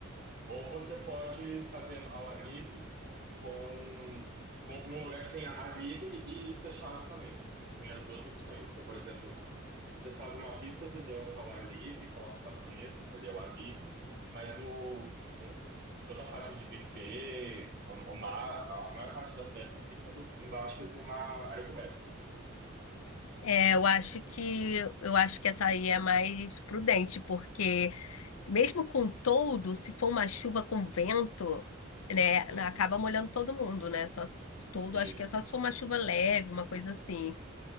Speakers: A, on the right; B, on the left.
A: Ou você pode fazer ao ar livre com, com num lugar que tenha ar livre e fechado também. Tem as duas opções. Então, por exemplo, Você faz uma pista de dança ao ar livre, coloca umas mesas ali ao ar livre, mas o, o- toda a parte de buffet, a, o mar- a maior parte da festa fica no- embaixo de uma área coberta.
B: É, eu acho que eu acho que essa aí é mais prudente, porque mesmo com todo, se for uma chuva com vento, né, acaba molhando todo mundo, né? Só se- todo,
A: Isso.
B: acho que é só se for uma chuva leve, uma coisa assim.